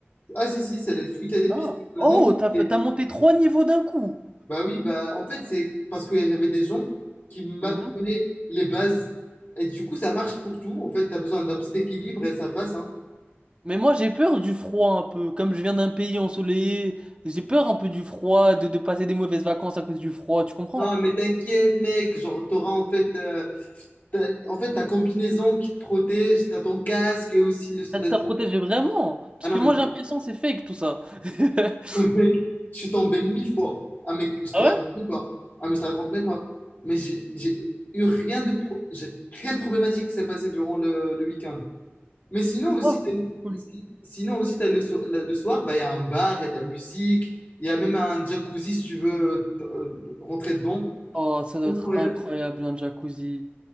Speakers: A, on the left (about 45°); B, on the right (about 25°).
A: ah, si, si, c'est les fruits et épices.
B: Ah.
A: Euh,
B: Oh,
A: non,
B: t'as, fait-
A: et-
B: t'as monté trois niveaux d'un coup.
A: bah oui, bah en fait, c'est parce que j'avais des gens qui m'apprenaient
B: Mhm.
A: les bases. Et du coup, ça marche pour tout. En fait, t'as besoin d'un petit équilibre et ça passe, hein.
B: Mais moi, j'ai peur du froid un peu. Comme je viens d'un pays ensoleillé, j'ai peur un peu du froid, de, de passer des mauvaises vacances à cause du froid, tu comprends?
A: Non, mais t'inquiète, mec. Genre, t'auras en fait, euh, t'as- en fait, ta combinaison qui te protège, t'as ton casque et aussi le,
B: Ça,
A: la-
B: ça protège vraiment. Parce
A: Ah non,
B: que moi,
A: mais
B: j'ai l'impression que c'est fake tout ça. <laughs>
A: Mec, je suis tombé mille fois. Ah, mec, je te
B: Ah
A: raconte
B: ouais?
A: même pas. Ah, mais je te raconte même pas. Mais j'ai j'ai eu rien de, pro- j'ai rien de problématique qui s'est passé durant le, le week-end. Mais sinon aussi,
B: Oh,
A: t'as-
B: cool.
A: si- sinon aussi t'as le, so- la- le soir, bah, il y a un bar, il y a de la musique, il y a même un jacuzzi si tu veux t- euh, rentrer dedans.
B: Oh, ça doit
A: Incroyable.
B: être incroyable un jacuzzi.